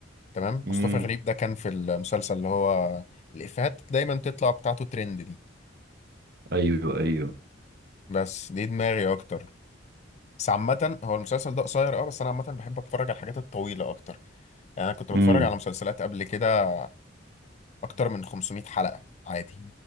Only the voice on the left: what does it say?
تمام
مصطفى غريب ده كان في المسلسل اللي هو الافيهات دايما تطلع بتاعته ترند دي
بس دي دماغي اكتر بس عامة هو المسلسل ده قصير اه بس انا عامة بحب اتفرج على الحاجات الطويلة اكتر يعني انا كنت بتفرج
على مسلسلات قبل كده اكتر من 500 حلقة عادي